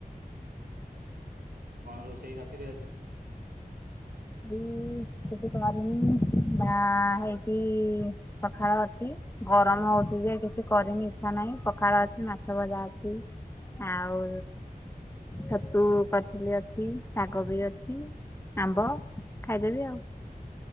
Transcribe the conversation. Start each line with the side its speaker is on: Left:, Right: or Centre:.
Right: କଣ ରୋଷେଇ ରାତିରେ ଆଜି।
Left: ହୁଁ। କିଛି କରିନି ନା ହେଇକି ପଖାଳ ଅଛି। ଗରମ
Right: ହୁଁ
Left: ହଉଚି ଯେକେ। କିଛି କରିନି ଇଚ୍ଛା ନାହିଁ ପଖାଳ ଅଛି ମାଛ ଭଜା ଅଛି ଆଉ। ଛତୁ କରି ଥିଲି ଅଛି ଶାଗ ବି ଅଛି। ଆମ୍ବ ଖାଇଦେବି ଆଉ।